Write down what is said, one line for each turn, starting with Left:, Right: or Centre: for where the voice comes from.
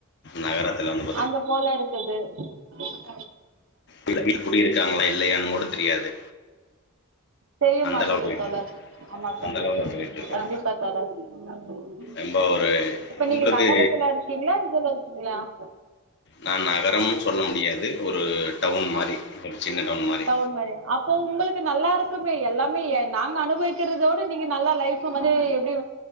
Left: நகரத்துல வந்து
Right: அத போலருக்கு <unintelligible>
Left: யில்ல குடிருக்காங்களா யில்லயானு கூட தெரியாது
Right: தெரிய
Left: அந்த
Right: மாட்டிங்குது
Left: அளவு போயிட்ருக்கு
Right: தோழர் ஆமா தோழர்
Left: அந்த அளவுல
Right: ம்
Left: போயிட்ருக்கோ
Right: ம் கண்டிப்பா தோழர் ம் ம்
Left: ரொம்ப ஒரு
Right: இப்ப
Left: உங்களுக்கு
Right: நீங்க நகரத்துலருக்கீங்களா இதுலருக்கீங்களா <unintelligible>
Left: நான் நகரம்னு சொல்ல முடியாது ஒரு டவுன் மாரி சின்ன மாரி
Right: டவுன் மாரியா அப்போ உங்களுக்கு நல்லாருக்குமே எல்லா இல்லயே நாங்க அனுபவிக்கிறதோட நீங்க நல்லா லைஃப் வந்து எப்படி